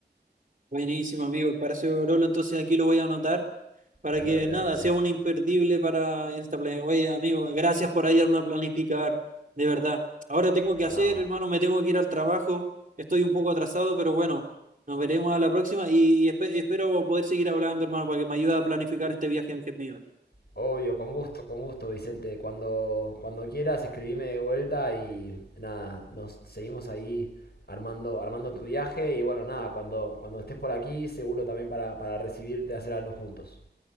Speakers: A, on the right; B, on the left.
A: Buenísimo, amigo, el Palacio de Orolo. Entonces aquí lo voy a anotar. para
B: Anote,
A: que nada,
B: anote.
A: sea un imperdible para esta plan. Oye, amigo, gracias por ayudarme a planificar, de verdad. Ahora tengo que
B: No,
A: hacer, hermano, me tengo que ir al trabajo. Estoy un poco atrasado, pero bueno, nos veremos a la próxima y, y espe- espero poder seguir hablando, hermano, para que me ayude a planificar este viaje que es mío.
B: obvio, con gusto, con gusto, Vicente. Cuando, cuando quieras, escribime de vuelta y nada, nos seguimos ahí armando, armando tu viaje. Y bueno, nada, cuando, cuando estés por aquí, seguro también para, para recibirte, hacer algo juntos.